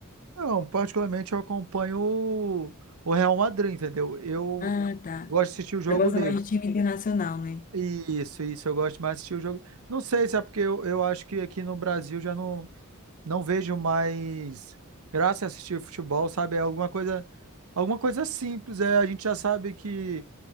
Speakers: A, on the right (about 70°); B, on the left (about 35°).
A: Não, particularmente eu acompanho o, o Real Madrid, entendeu? Eu
B: Ah, tá.
A: gosto de assistir o jogo
B: Você gosta
A: deles.
B: mais de time internacional, né?
A: Isso, isso, eu gosto mais de assistir o jogo. Não sei se é porque eu, eu acho que aqui no Brasil já não, não vejo mais graça em assistir futebol, sabe? É alguma coisa, alguma coisa simples, é, a gente já sabe que